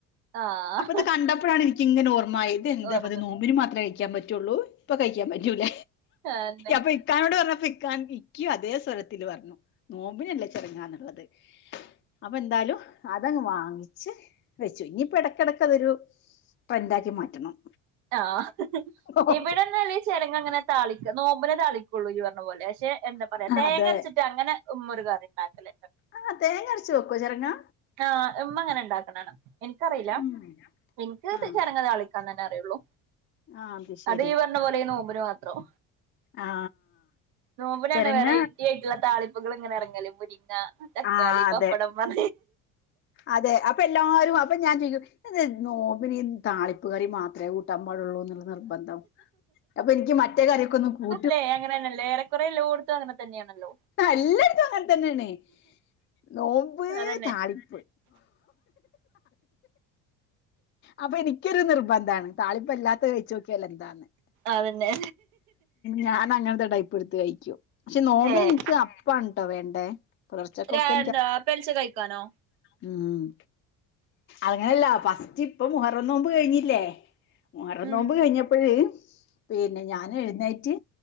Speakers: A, on the right; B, on the left.
A: ആഹ്
B: അപ്പൊ ഇത് കണ്ടപ്പോഴാണ് എനിക്കിങ്ങനെ ഓർമ്മ ആയത് ഇത് എന്താന്തപ്പത്
A: ഓർമ്മ
B: നോ നോമ്പിന് മാത്രമേ കഴിക്കാൻ പറ്റുള്ളൂ ഇപ്പൊ കഴിക്കാൻ പറ്റൂല
A: അന്നെ
B: അപ്പൊ ഇക്കാനോട് പറഞ്ഞപ്പ ഇക്ക ഇക്കയും അതേ സ്വരത്തില് പറഞ്ഞു നോമ്പിനല്ലേ ചോരങ്ങാന്നുള്ളത് അപ്പൊ എന്തായാലും അതങ്ങ് വാങ്ങിച്ച് വെച്ചു ഇനിയിപ്പ എടക്കെടക്ക് അതൊരു ട്രൻ്റാക്കി മാറ്റണം
A: ആ ഹ്
B: ഓ
A: ഇവിടെന്നല്ല ചെരങ്ങങ്ങനെ താളിക്ക നോമ്പിനെ താളിക്കുള്ളൂ യ് പറഞ്ഞ പോലെ പക്ഷെ എന്താ പറയാ തേങ്ങരച്ചിട്ട്
B: അതെ
A: അങ്ങനെ ഉമ്മ ഒരുകറി ണ്ടാക്കലിണ്ട്
B: ആ തേങ്ങ അരച് വെക്കോ ചെരങ്ങാ
A: ആഹ് ഉമ്മ അങ്ങനെ ണ്ടാക്കണക്കാണ എനിക്കറിയില്ല
B: ഉം
A: എനക്ക്ത്
B: ആ
A: ചെരങ്ങ താളിക്കാൻ തന്നെ അറിയുള്ളൂ
B: ആ ശരി
A: അത് ഇവ അർണപോലെ നോമ്പിന് മാത്രം
B: ആ
A: നോമ്പിനെന്നെ
B: ചെരങ്ങ
A: വെറൈറ്റിടിയായി റ്റ്ള്ള താളിപ്പുകൾ ഇങ്ങനെ ഇറങ്ങൽ മുരിങ്ങ തക്കാളി
B: ആ അതെ
A: പപ്പടം മ
B: അതെ അപ്പൊ എല്ലാരും അപ്പൊ ഞാൻ ചോദിക്കു ദെന്താ നോമ്പിന് താളിപ്പ് കറി മാത്രമേ കൂട്ടാൻ പാടുള്ളൂന്നു നിർബന്ധം അപ്പൊ എനിക്ക് മറ്റേ കറിയൊക്കെ ഒന്ന് കൂ
A: ലേ അങ്ങന തന്നെയല്ലേ ഏറെേ കൊറേ ലോടുത്തും അങ്ങനെ തന്നെയാണല്ലോ
B: എല്ലായിടും അങ്ങനെ തന്നെയണേ നോമ്പ്
A: അതന്നെ
B: താളിപ്പ് അപ്പൊ എനിക്കൊരു നിർബന്താണ് താളിപ്പല്ലാത്ത കഴിചോക്കിയാൽ എന്താന്ന്
A: അതന്നെ
B: ഞാനങ്ങനത്തെടയ് ടുത്ത് കഴിക്കൂ പക്ഷെ നോമ്പിന്
A: ഏഹ്
B: എനിക്ക് അപ്പണ്ട്ടോ വേണ്ടേ പുലർച്ചക്കൊക്കെ
A: <unintelligible> പെലിച്ച കഴിക്കാനോ
B: മ് അങ്ങനെയല്ല ഫസ്റ്റ് ഇപ്പ മുഹറം നോമ്പ് കഴിഞ്ഞില്ലേ മുഹറം
A: ഉം
B: നോമ്പ് കഴിഞ്ഞപ്പോഴ് പിന്നെ ഞാൻ എഴുന്നേറ്റ്